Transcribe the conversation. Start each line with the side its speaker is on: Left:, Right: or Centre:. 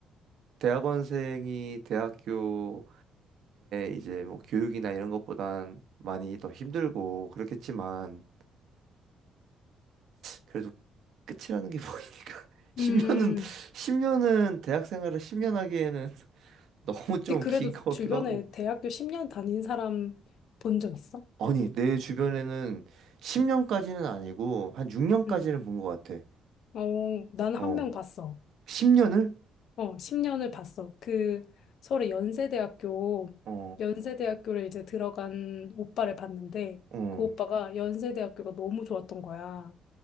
Right: 대학원생이 대학교에 이제 뭐 교육이나 이런 것보단 많이 더 힘들고 그렇겠지만 그래도 끝이라는 게 보이니까 <laughs> 10년은
Left: 음.
Right: 10년은 대학 생활을 10년 하기에는 <laughs> 너무 좀
Left: 근데 그래도
Right: 긴 것
Left: 주변에
Right: 같기도 하고
Left: 대학교 10년 다닌 사람 본 적 있어?
Right: 아니 내 주변에는 10년까지는 아니고 한 6년까지는
Left: 응.
Right: 본 것 같아
Left: 어, 나는
Right: 어
Left: 한 명 봤어.
Right: 10년을
Left: 어, 10년을 봤어. 그 서울의 연세대학교,
Right: 어
Left: 연세대학교를 이제 들어간 오빠를 봤는데
Right: 어
Left: 그 오빠가 연세대학교가 너무 좋았던 거야.